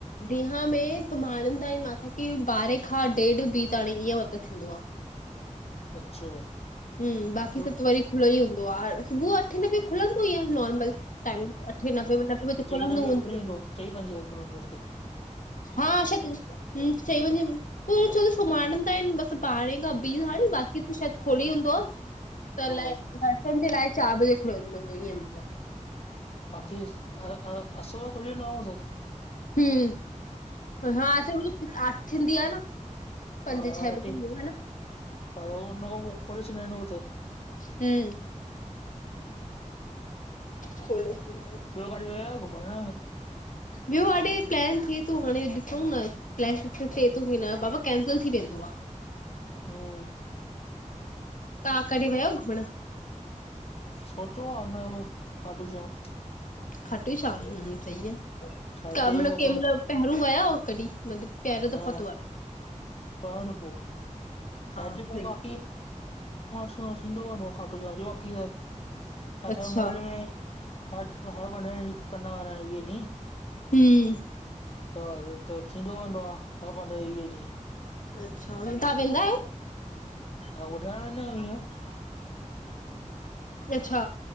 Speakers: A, on the left; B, on the left.
A: ॾींहं में सुम्हारंदा इन माता खे, ॿारहें खां, ॾेढ, ॿी तांणी, ईअं मत्लब थींदो आ।
B: अच्छा
A: हूं, बाक़ी
B: ॿियो
A: सभ त वरी खुलोई हूंदो आ, सुबूह अठें बजे खुलंदो ई आ, नॉर्मल टाइमिंग अठें, नवें, नवें बजे खुलंदोई
B: चईं पंजे जो
A: हूंदो।
B: खुली वेंदो चईं पंजे जो खुली वेंदो हुते
A: <unintelligible> हूं, चईं बजे, छो त सुमाणन्दा एन, बस ॿारें खां ॿीं तांणी बाक़ी त शायद खुली हूंदो आ, त
B: हा
A: अलाए दर्शन जे लाइ चार बजे खुलदो हुँदो, इअं मतलब
B: बाक़ी असुर जो खुल्यल न हूंदो?
A: हूं,, हा, अठें वॻे आरती थींदी आ न। पंजे
B: हा हा,
A: छह
B: आरती,
A: बजे ह न
B: हा उन खां पो खोले छॾन्दा एन, हू त।
A: हूं, खोले छॾदा एन।
B: ॿयो काॾे, वयायो घुमण?
A: ॿयो हाणे प्लैन थे तो, हाणे ॾिसऊं न, प्लैन सक्सेस थे तो की न, बाबा कैंसिल थी वेंदो आ।
B: हूं
A: तां, कॾी वयव घुमण?
B: सोचो आ न हू खाटू श्याम।
A: खटू श्याम, हूं, सही आ,
B: छा हिते
A: क मतलब
B: असां
A: के मतलब पहिरूं वया हो कॾी? मतलब पहिरो
B: न
A: दफ़ा तो वन्
B: <unintelligible> सत्संग वत्संग
A: सही आ।
B: त थींदो हूंदो, खाटू श्याम जो, बाक़ी त असांजे
A: अच्छा
B: मोहल्ले में हर, हर पंद्रहें ॾींहं कंदा रहंदायूं, वीहें ॾींहं।
A: हूं
B: ह, त थींदो वेंदो आ, हर पंद्रहें वीहें ॾींह।
A: अच्छा, तां वेंदायो?
B: तां ॿुधण वेंदायो छा?
A: अछा